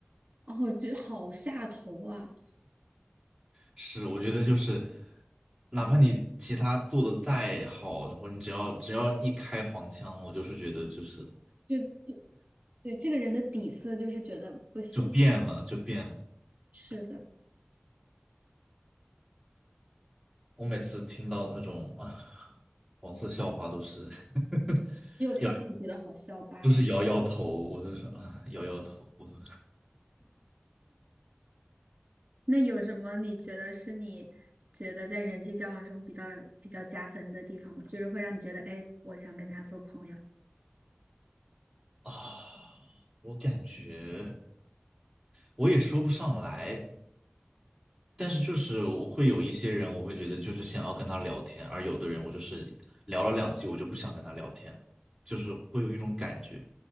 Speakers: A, on the right; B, in the centre.
A: 哦，我觉得好下头啊！
B: 是，我觉得就是，哪怕你其他做的再好，然后你只要只要一开黄腔，我就是觉得就是
A: 就对这个人的底色就是觉得不行，
B: 就变了，就变了。
A: 是的，
B: 我每次听到那种啊黄色笑话，都是 <laughs>
A: 只有他自己觉得好笑罢了。
B: 摇都是摇摇头，我就是啊摇摇头，我都
A: 那有什么你觉得是你觉得在人际交往中比较比较加分的地方吗？就是会让你觉得，哎，我想跟他做朋友。
B: 啊，我感觉我也说不上来，但是就是我会有一些人，我会觉得就是想要跟他聊天，而有的人我就是聊了两句，我就不想跟他聊天了，就是会有一种感觉。